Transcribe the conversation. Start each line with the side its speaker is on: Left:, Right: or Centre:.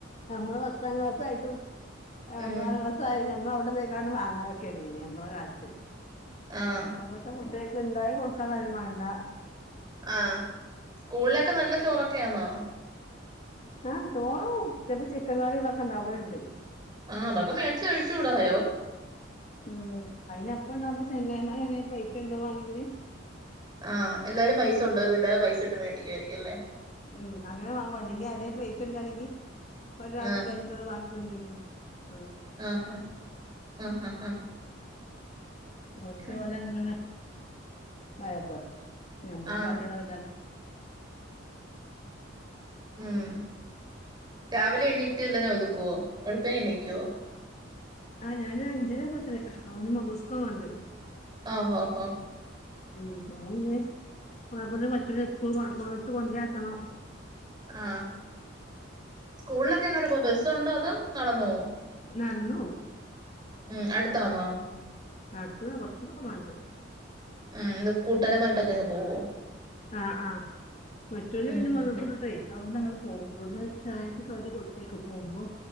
Left: നമ്മള് പത്താം ക്ലാസ് ആയിട്ടും
Right: ഉം
Left: ഒമ്പതാം ക്ലാസ് ആയാലും <unintelligible> അവിടുന്ന് <unintelligible> വാങ്ങാൻ <unintelligible> നമ്മടെ കാലത്ത്
Right: ആഹ്
Left: ഇപ്പം <unintelligible> കുട്ടികൾക്ക് ഉണ്ടാക്കി കൊടുക്കാന്ന് പറഞ്ഞാലും വേണ്ട
Right: ആഹ് സ്കൂളിലൊക്കെ നല്ല ചോറൊക്കെയാണോ?
Left: ആഹ് ചോറും ഉച്ചക്ക് ചിക്കൻ കറികളൊക്കെ ഉണ്ടാകാറുണ്ട്
Right: ആഹ് അതൊക്കെ മേടിച്ച് കഴിച്ചൂടായോ
Left: ഉം അയിന് അപ്പം ഉണ്ടാവുന്ന ചങ്ങായിമാരെ അ വെയിറ്റ് ഉണ്ടാക്കുവാണെങ്കില്
Right: ആഹ് എല്ലാരും പൈസ കൊണ്ടുവരും എല്ലാരും പൈസ ഇട്ട് മേടിക്കുമായിരിക്കും എല്ലെ?
Left: ഉം അങ്ങനെ വാങ്ങും അല്ലെങ്കിൽ ആരെടെ പ്ലേറ്റ് <unintelligible> ഒരാ അത്
Right: ആഹ്
Left: കഴിഞ്ഞിട്ടുള്ളത് വാങ്ങി തന്നേക്കും ഉം
Right: ആഹ് ആഹ് ആഹ് ആഹ് ആഹ്
Left: ഓല്ക്ക്
Right: ഉം
Left: ഓല് അങ്ങനെ മാറിപ്പോ <unintelligible> ഞമ്മള്
Right: ആ
Left: പാട്ട് പാട് അല്ലാതെ
Right: ഉം രാവിലെ എണ്ണീറ്റ്ല്ല ഒതുക്കുവോ വെളുപ്പിനെ എണ്ണീക്കുവോ
Left: ആഹ് ഞാനൊ അഞ്ചര ആവുമ്പത്തെന് അവന് <unintelligible>
Right: ആഹ് ഓഹോ ഹോ
Left: ഉം അവനിന്ന് <unintelligible> സ്കൂള് മദ്രസ കൊണ്ടേ ആക്കണം
Right: ആഹ് സ്കൂളിലൊക്കെ എങ്ങനെ പോം ബസ്സോണ്ടോ അതോ നടന്ന് പോവോ
Left: നടന്ന് പോവും
Right: ഉം അടുത്താവന്നോ
Left: അടുത്തുന്ന് കൊറച്ചു പോവാണ്ട്
Right: ഉം ഇത് കൂട്ടാരമായിരട്ടങ്ങ് പോവോ
Left: ആഹ് ആ മറ്റൊരു
Right: ഉം
Left: പിന്നെ വന്നപ്പോ
Right: ഉം
Left: തൊട്ടേ അവിട്ന്ന് അങ്ങ്ട് പോകും ഇവിടുന്ന് ചായക്ക് കടി കൊടുത്തയക്കും പോകുമ്പോ